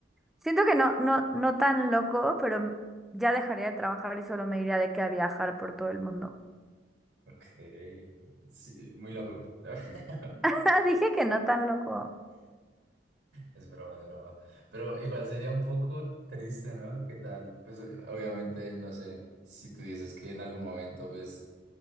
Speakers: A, in the centre; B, on the right (about 75°).
A: Siento que no, no, no tan loco, pero ya dejaría de trabajar y solo me iría de que a viajar por todo el mundo.
B: Ok, sí, muy loco. <laughs>
A: <laughs> Dije que no tan loco.
B: Es broma, es broma. Pero igual sería un poco triste, ¿no? ¿Qué tal? Pues eh, obviamente, no sé, si tú dices que en algún momento, pues,